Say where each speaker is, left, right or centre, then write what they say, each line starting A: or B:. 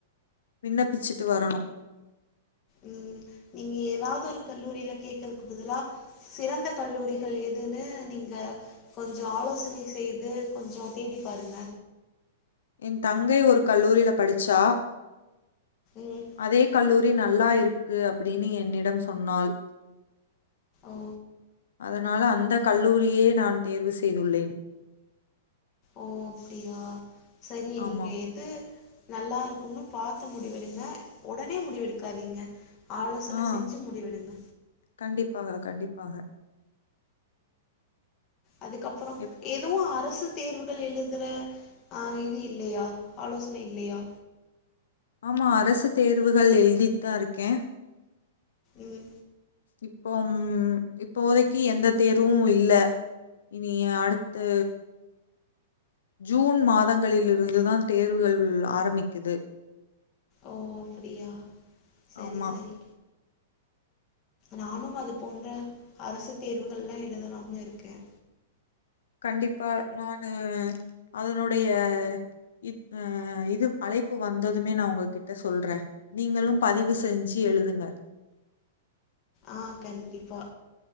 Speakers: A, on the left; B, on the left.
A: விண்ணப்பிச்சுட்டு வரணு
B: உம் நீங்க ஏதாவ்து ஒரு கல்லூரில கேக்கர்துக்கு பதிலா சிறந்த கல்லூரிஹள் எதுன்னு நீங்க கொஞ்சோ ஆலோசனை செய்து கொஞ்சோ தேடி பாருங்க
A: என் தங்கை ஒரு கல்லூரில படிச்சா
B: ம்
A: அதே கல்லூரி நல்லா இரு க்கு அப்படினு என்னிடம் சொன்னாள்
B: ஓ
A: அதனால அந்த கல்லூரியே நான் தேர்வு செய்துள்ளேன்
B: ஓ அப்டியா சரி நீங்க
A: ஆமாம்
B: எது நல்லா இருக்கும்னு பார்த்து முடிவெடுங்க உடனே முடிவெடுக்காதீங்க ஆலோசன
A: ஆஹ்
B: செஞ்சு முடிவெடுங்க
A: கண்டிப்பாக கண்டிப்பாக
B: அதுக்கப்புறம்
A: எப்
B: எதுவும் அரசு தேர்வு எழுதுற ஆஹ் இது இல்லையா ஆலோசனை இல்லையா
A: ஆமா அரசு தேர்வுகள் எழுதித்தான் இருக்கேன்
B: உம்
A: இப்போ ம் இப்போததைக்கு எந்த தேர்வும் இல்லை இனி அடுத்த ஜூன் மாதங்களில இருந்துதான் தேர்வுகள் ஆரம்பிக்குது
B: ஓ அப்படியா சரி
A: ஆமா
B: சரி நானும் அது போன்ற அரசு தேர்வுகள் எல்லாம் எழுதலாம இருக்கேன்
A: கண்டிப்பா நானு அதனுடைய இ அஹ் இது அழைப்பு வந்ததுமே நான் உங்ககிட்ட சொல்றேன் நீங்களும் பதிவு செஞ்சு எழுதுங்க
B: ஆஹ் கண்டிப்பா